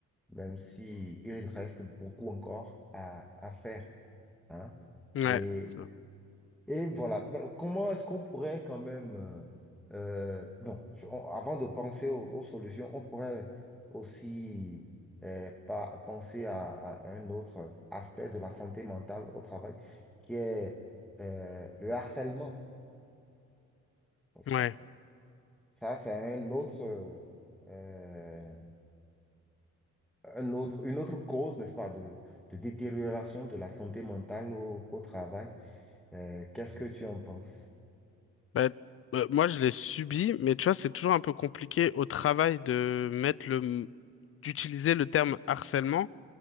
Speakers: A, in the centre; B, on the left.
A: même si il reste beaucoup encore à, à faire, hein.
B: Ouais,
A: et
B: ça.
A: et voilà, Ben, comment est-ce qu'on pourrait quand même, euh, euh, bon, je- on- avant de penser aux, aux solutions, on pourrait aussi euh, pa- penser à, à un autre aspect de la santé mentale au travail, qui est euh, le harcèlement, n'est-ce
B: Ouais.
A: pas? Ça, c'est un autre, euh, un autre, une autre cause, n'est-ce pas, de, de détérioration de la santé mentale au, au travail. Euh, qu'est-ce que tu en penses?
B: Bah, euh, moi, je l'ai subi, mais tu vois, c'est toujours un peu compliqué au travail de mettre le, d'utiliser le terme harcèlement,